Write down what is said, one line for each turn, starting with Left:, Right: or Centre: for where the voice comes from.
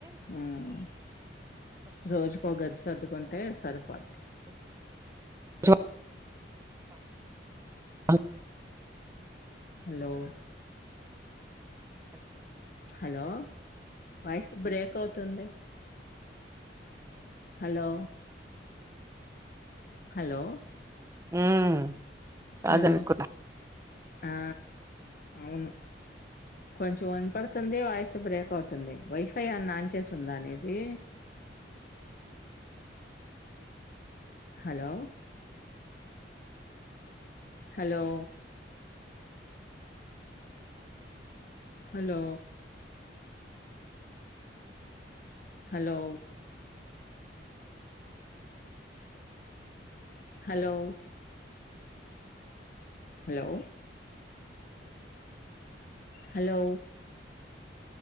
Left: ఉమ్ రోజుకో గది సర్దుకుంటే సరిపోది
Right: స అ
Left: హాలో హాలో వాయిస్ బ్రేక్ అవుతుంది హలో హలో
Right: హుమ్మ్ కాదను
Left: హలో
Right: కూన్న
Left: ఆ అవును కొంచెం వినపడుతుంది వాయిస్ బ్రేక్ అవుతుంది వైఫై అన్న ఆన్ చేసుందా నిది hello hello hello hello hello hello hello